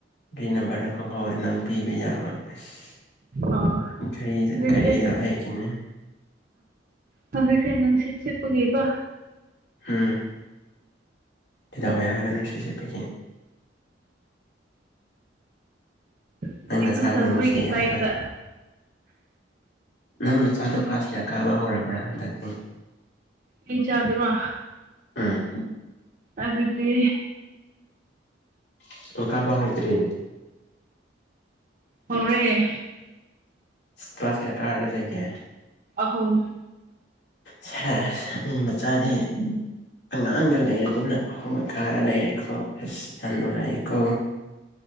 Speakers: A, on the left; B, on the right.
A: ꯑꯩ ꯅꯝꯕꯔꯗ ꯈꯪꯍꯧꯔꯗꯤ ꯅꯪ ꯄꯤꯕ ꯌꯥꯕ ꯑꯁ
B: ꯑꯥ
A: ꯒꯥꯔꯤ
B: ꯍꯧꯖꯤꯛꯁꯦ
A: ꯒꯥꯔꯤꯗꯣ ꯑꯩꯒꯤꯅꯦ
B: ꯍꯧꯖꯤꯛꯁꯦ ꯅꯨꯡꯁꯤꯠ ꯁꯤꯠꯄꯒꯤꯀꯣ
A: ꯎꯝ ꯀꯩꯗꯧꯋꯦ ꯍꯥꯏꯕ ꯅꯨꯡꯁꯤꯠ ꯁꯤꯠꯄꯒꯤ
B: ꯅꯨꯄꯤ
A: ꯅꯪ ꯅꯆꯥꯕꯨ
B: ꯐꯖꯕꯒꯤ
A: ꯅꯨꯡꯁꯤ
B: ꯇꯥꯏꯞꯇ
A: ꯍꯥꯏꯕ ꯅꯪ ꯅꯆꯥꯗꯣ ꯀ꯭ꯂꯥꯁ ꯀꯌꯥ ꯀꯥꯕ ꯍꯧꯔꯕ꯭ꯔ ꯍꯟꯗꯛꯀꯤ
B: ꯑꯩ ꯏꯆꯥꯗꯨꯔꯣ
A: ꯎꯝ
B: ꯑꯗꯨꯗꯤ
A: ꯢꯁꯀ꯭ꯨꯜ ꯀꯥꯕ ꯍꯧꯗ꯭ꯔꯤ
B: ꯍꯧꯔꯦ
A: ꯀꯂ꯭ꯥꯁ ꯀꯌꯥ ꯀꯥꯔꯦ ꯑꯗꯨꯗꯤ
B: ꯑꯍꯨꯝ
A: ꯁꯦꯁ ꯃꯤ ꯃꯆꯥꯗꯤ ꯑꯉꯥꯡꯒ ꯂꯩꯔꯗꯅ ꯑꯍꯨꯝꯒ ꯀꯥꯔ ꯂꯩꯔꯦꯀꯣ ꯑꯁ ꯌꯥꯝ ꯅꯨꯡꯉꯥꯏꯌꯦꯀꯣ